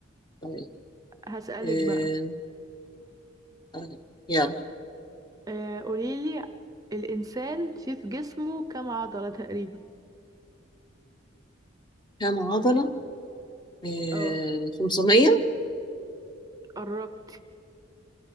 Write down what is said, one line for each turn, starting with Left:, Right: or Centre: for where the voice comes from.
Left: طيب
Right: هسألك
Left: آه.
Right: بقى
Left: طيب يلا
Right: آه، قوليلي الإنسان فيه في جسمه كام عضلة تقريبا
Left: كام عضلة؟ آه.
Right: اه
Left: 500
Right: قربت